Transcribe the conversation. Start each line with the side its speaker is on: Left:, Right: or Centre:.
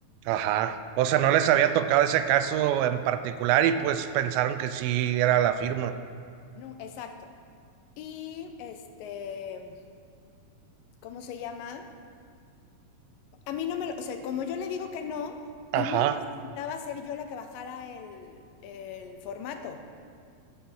Right: Ajá. O sea, no les había tocado ese caso en particular y pues pensaron que sí era la firma.
Left: No, exacto. Y este, ¿cómo se llama? A mí no me lo, o sea, como yo le digo que no,
Right: Ajá,
Left: y no necesitaba ser yo la que bajara el, el formato.